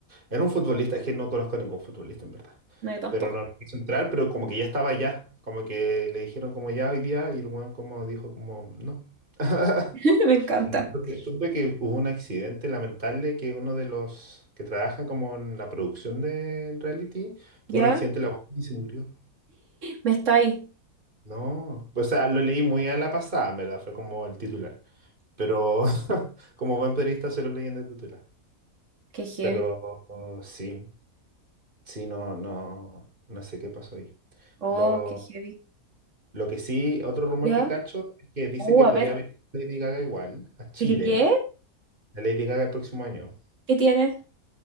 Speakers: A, on the right; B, on the right.
A: Era un futbolista, es que no conozco a ningún futbolista en verdad.
B: No, yo tampoco.
A: Pero no quiso entrar, pero como que ya estaba ya. Como que le dijeron como ya hoy día y el weón como dijo como no. <laughs>
B: <laughs> Me encanta.
A: Porque supe que hubo un accidente lamentable que uno de los que trabajan como en la producción del reality
B: ¿Ya?
A: tuvo un accidente laboral y se murió.
B: Me está ahí.
A: No, o sea, lo leí muy a la pasada, en verdad, fue como el titular. Pero <laughs> como buen periodista se lo leí en el titular.
B: Qué heavy.
A: Pero oh, sí, sí, no, no, no sé qué pasó ahí.
B: Oh,
A: Lo,
B: qué heavy.
A: lo que sí, otro rumor
B: ¿Ya?
A: que cacho es que dicen
B: Uh,
A: que
B: a
A: podría
B: ver.
A: venir Lady Gaga igual a Chile,
B: ¿De qué? ¿Qué
A: la Lady Gaga el próximo año.
B: ¿Qué tiene?